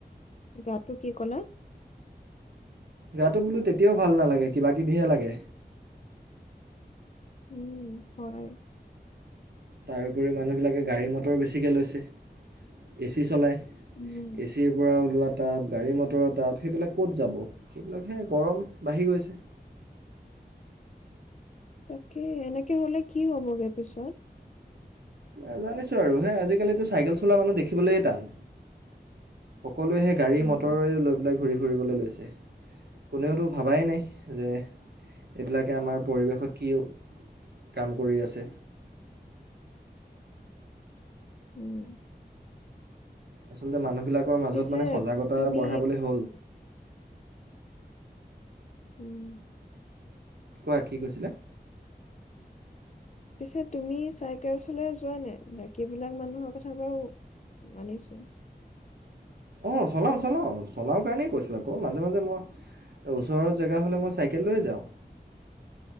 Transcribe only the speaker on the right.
গাটো বোলো তেতিয়াও ভাল নালাগে, কিবা কিবিহে লাগে।
তাৰপৰি মানুহবিলাকে গাড়ী-মটৰ বেছিকৈ লৈছে, এচি চলায়।
এচিৰ পৰা ওলোৱাত তাপ, গাড়ী-মটৰৰ তাপ, সেইবিলাক ক'ত যাব? সেইবিলাকে গৰম বাঢ়ি গৈছে।
নাজানিছো আৰু হেই আজিকালিতো চাইকেল চলোৱা মানুহ দেখিবলৈে টান। কলোহে গাড়ী-মটৰে
লৈ পেলাই ঘূৰি ফ ঘুৰিবলৈ লৈছে, কোনোওটো ভাবাই নাই যে এইবিলাকে আমাৰ পৰিৱেশত কি কাম কৰি আছে।
আচলতে মানুহ বিলাকৰ মাজত
মানে সজাগতা
বঢ়াবলৈ হ'ল।
কোৱা কি কৈছিলে?
অ', চলাওঁ, চলাওঁ। চলাওঁ কাৰণেই কৈছোঁ আকৌ মাজে মাজে মই ওচৰৰ জেগা হলে মই চাইকেল লৈয়ে যাওঁ।